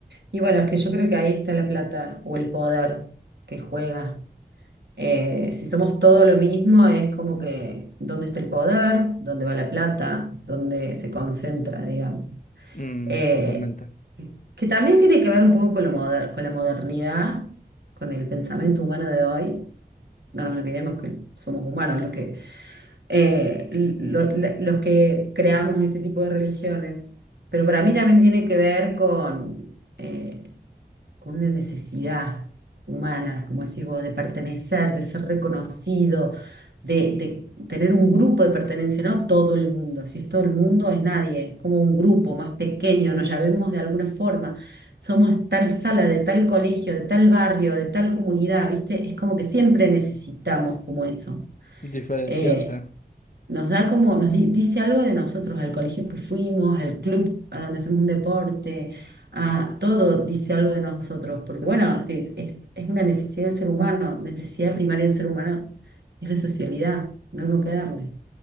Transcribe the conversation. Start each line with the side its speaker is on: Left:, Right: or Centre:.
Right: Y bueno, es que yo creo que ahí está la plata o el poder que juega. Eh, si somos todo lo mismo, es como que dónde está el poder, dónde va la plata, dónde se concentra, digamos.
Left: Mm,
Right: Eh,
Left: totalmente.
Right: que también tiene que ver un poco con, lo moder- con la modernidad, con el pensamiento humano de hoy. No nos olvidemos que somos humanos los que, eh, lo- la- los que creamos este tipo de religiones. Pero para mí también tiene que ver con, eh, con una necesidad humana, como decís vos, de pertenecer, de ser reconocido de, de tener un grupo de pertenencia, no todo el mundo, si es todo el mundo es nadie, es como un grupo más pequeño, nos llamemos de alguna forma, somos tal sala, de tal colegio, de tal barrio, de tal comunidad, ¿viste? Es como que siempre necesitamos como eso.
Left: Diferenciarse.
Right: Eh, nos da como, nos di- dice algo de nosotros, al colegio que fuimos, al club a donde hacemos un deporte, a todo dice algo de nosotros, porque bueno, te- es, es una necesidad del ser humano, necesidad primaria del ser humano es la socialidad, no hay con qué darle.